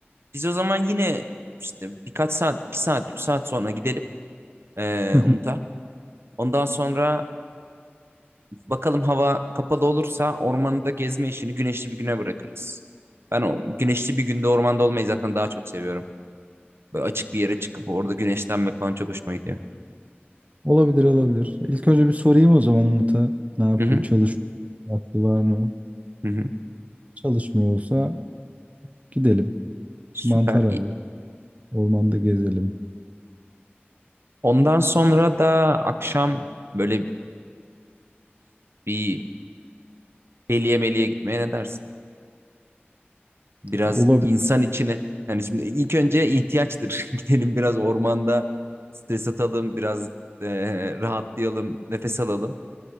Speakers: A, on the right; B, on the right.
A: biz o zaman yine işte birkaç saat, iki saat, üç saat sonra gidelim ee,
B: Hı hı.
A: Umut'a. Ondan sonra bakalım hava kapalı olursa ormanda gezme işini güneşli bir güne bırakırız. Ben o güneşli bir günde ormanda olmayı zaten daha çok seviyorum. Böyle açık bir yere çıkıp orada güneşlenmek falan çok hoşuma gidiyor.
B: Olabilir olabilir. İlk önce bir sorayım o zaman Umut'a ne yapıyor?
A: Hı hı,
B: Çalış vakti var mı?
A: hı hı.
B: Çalışmıyorsa gidelim.
A: Süper.
B: Mantar arayalım.
A: İyi.
B: Ormanda gezelim.
A: Ondan sonra da akşam böyle bir bir deliye meliye gitmeye ne dersin? Biraz
B: Olabilir,
A: insan içine. Yani şimdi ilk önce ihtiyaçtır. <laughs> Gidelim biraz ormanda stres atalım, biraz eee, rahatlayalım, nefes alalım.